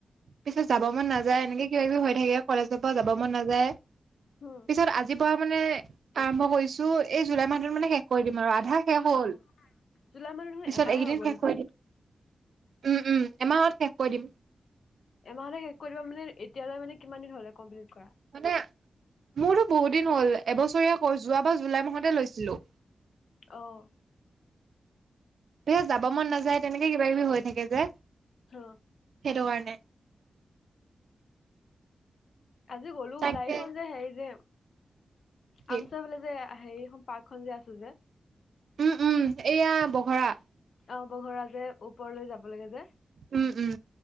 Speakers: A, on the right; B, on the left.
A: পিছত যাব মন নাযায় এনেকে কিবা কিবি হৈ থাকে কলেজৰ পৰা যাব মন নাযায়
B: হুম
A: পিছত আজি কোৱা মানে আৰম্ভ কৰিছোঁ, এই জুলাই মাহটোত মানে শেষ কৰি দিম আৰু আধা শেষ হ'ল।
B: অ' জুলাই মাহত দেখোন
A: পিছত
B: এমাহে
A: এইকেইদিন
B: হ'ব
A: শেষ
B: দেখোন।
A: কৰি দিম। উম, উম, এমাহত শেষ কৰি দিম।
B: এমাহলে শেষ কৰি দিবা মানে এতিয়ালৈ মানে কিমান দিন হ'লে কমপ্লিট কৰা?
A: মানে, মোৰতো বহুত দিন হ'ল এবছৰীয়া কোৰ্চ। যোৱা বা জুলাই মাহতে লৈছিলোঁ।
B: অহ'
A: এ যাব মন নাযায়, তেনেকে কিবা কিবি হৈ থাকে যে।
B: হৰ
A: সেইটো কাৰণে।
B: আজি গ'লো
A: তাকে
B: ওলাই এই খন যে হেৰি যে
A: কি
B: আমচৈ ফালে যে হেৰিখন পাৰ্কখন যে আছো যে।
A: উম, উম, এইয়া বঘৰা।
B: অ', বঘৰা যে ওপৰলৈ যাব লাগে যে।
A: উম, উম।